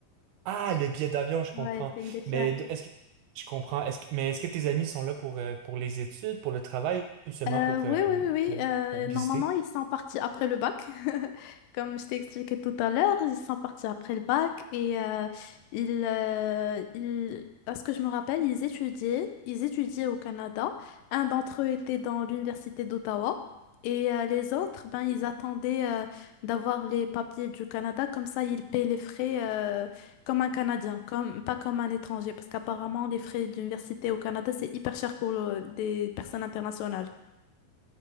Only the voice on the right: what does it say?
Ah, le billet d'avion, je
comprends.
Mais
d- est-ce que je comprends. Est-ce que, mais est-ce que tes amis sont là pour, euh, pour les études, pour le travail ou seulement
pour,
euh,
pour,
pour
visiter?